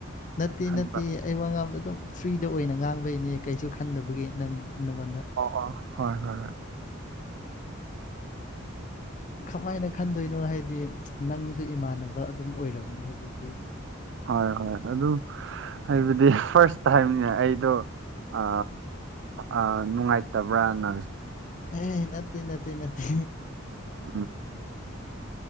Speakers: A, on the left; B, on the right.
A: ꯅꯠꯇꯦ
B: ꯈꯟꯕ
A: ꯅꯠꯇꯦ ꯑꯩ ꯋꯥ ꯉꯥꯡꯕꯗꯣ ꯑꯗꯨꯝ ꯐ꯭ꯔꯤꯗ ꯑꯣꯏꯅ ꯉꯥꯡꯕꯩꯅꯦ ꯀꯩꯁꯨ ꯈꯟꯗꯕꯒꯤ ꯅꯪ ꯅꯪꯉꯣꯟꯗ
B: ꯑꯣ ꯐꯣ ꯍꯣꯏ ꯍꯣꯏ ꯍꯣꯏ
A: ꯈꯃꯥꯏꯅ ꯈꯟꯗꯣꯏꯅꯣ ꯍꯥꯏꯗꯤ ꯅꯪꯅꯁꯨ ꯏꯃꯥꯟꯅꯕ ꯑꯗꯨꯝ ꯑꯣꯏꯔꯕꯅꯦ ꯍꯧꯖꯤꯛꯇꯤ
B: ꯍꯣꯏ ꯍꯣꯏ ꯑꯗꯨ ꯍꯥꯏꯕꯗꯤ ꯐꯥꯔꯁ ꯇꯥꯏꯝꯅꯦ ꯑꯩꯗꯣ ꯑ ꯑ ꯅꯨꯡꯉꯥꯏꯇꯕ꯭ꯔꯅ
A: ꯑꯦ ꯅꯠꯇꯦ ꯅꯠꯇꯦ ꯅꯠꯇꯦ
B: ꯎꯝ